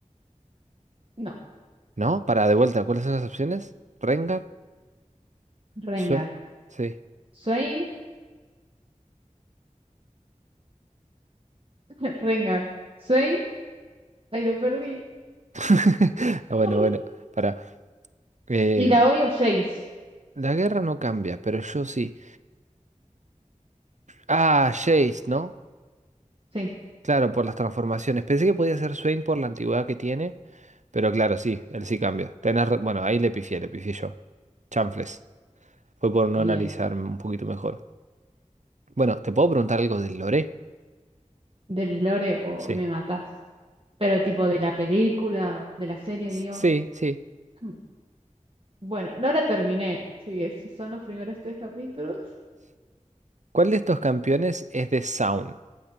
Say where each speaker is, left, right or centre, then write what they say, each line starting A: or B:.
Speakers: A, on the right (about 45°); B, on the right (about 65°).
A: No,
B: ¿No? Para de vuelta, ¿cuáles son las opciones? Rengar.
A: Rengar.
B: Swain. Sí.
A: Swain, <laughs> Rengar. Swain, Ahí lo perdí.
B: <laughs> Bueno,
A: <laughs>
B: bueno, para. Eh,
A: Illaoi o Jace.
B: la guerra no cambia, pero yo sí. Ah, Jace, ¿no?
A: Sí,
B: Claro, por las transformaciones. Pensé que podía ser Swain por la antigüedad que tiene, pero claro, sí, él sí cambia. Tenés ra- bueno, ahí le pifié, le pifié yo. Chanfles. Fue por no
A: muy
B: analizarme
A: bien.
B: un poquito mejor. Bueno, ¿te puedo preguntar algo del lore?
A: Del lore o
B: Sí.
A: me matás. Pero tipo de la película o de la serie,
B: S-
A: digo.
B: Sí, sí.
A: Mm. Bueno, no la terminé. Así que si son los primeros tres capítulos.
B: ¿Cuál de estos campeones es de Sound?